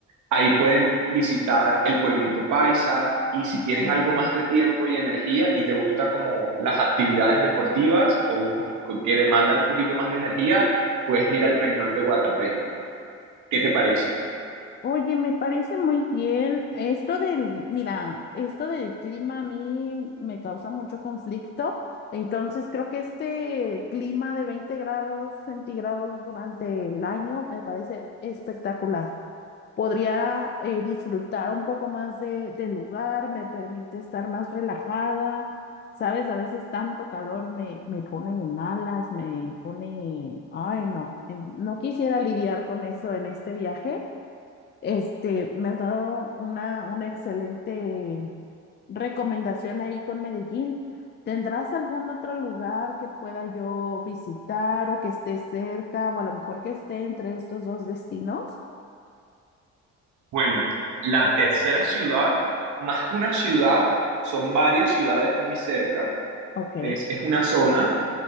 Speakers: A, on the right; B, on the left.
A: Ahí pueden visitar el pueblito Paisa y si
B: Ok.
A: tienen algo más de tiempo y energía y te gusta como las actividades deportivas o un poqu- que demandan un poquito más de energía, puedes ir al Peñol de Guatapé. ¿Qué te parece?
B: Oye, me parece muy bien. Esto del, mira, esto del clima a mí me causa mucho conflicto. Entonces, creo que este clima de 20 grados centígrados durante el año me parece espectacular. Podría eh, disfrutar un poco más de, del lugar, me permite estar más relajada. Sabes, a veces tanto calor me, me pone de malas, me pone, ay, no, en- no quisiera lidiar con eso en este viaje. Este, me has dado una, una excelente recomendación ahí con Medellín. ¿Tendrás algún otro lugar que pueda yo visitar o que esté cerca o a lo mejor que esté entre estos dos destinos?
A: Bueno, la tercera ciudad, Más que una ciudad, son varias ciudades muy cerca.
B: Ok,
A: Es, es una zona,